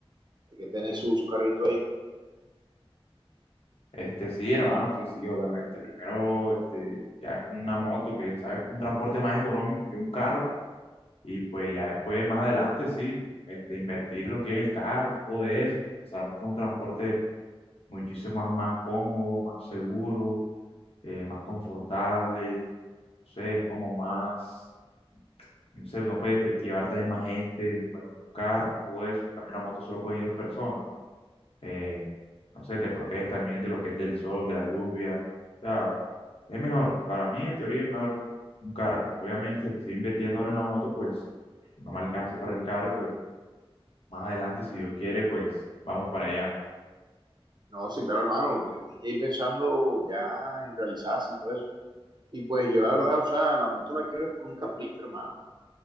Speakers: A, on the right; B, on the left.
A: hay que tener su, su carrito ahí.
B: Este, sí, hermano, sí, sí, obviamente. Primero, este, ya es una moto que sabes que es un transporte más económico que un carro. Y pues ya después, más adelante, sí, este, invertir lo que es el carro, todo eso, porque sabemos que es un transporte muchísimo más, más cómodo, más seguro, eh, más confortable, no sé, es como más, no sé, uno puede te- llevar también más gente, pues en un carro, y todo eso, en cambio en la moto solo pueden ir dos personas, eh, no sé, te proteges también de lo que es del sol, de la lluvia, o sea, es mejor, para mí en teoría es mejor un carro, obviamente estoy invirtiendo ahora en la moto, pues no me alcanza para el carro, pero Más adelante, si Dios quiere, pues vamos para allá.
A: No, sí, claro, hermano, usted tiene que ir pensando ya en realizarse y todo eso. Y pues yo la verdad, o sea, la moto la quiero es por un capricho, hermano.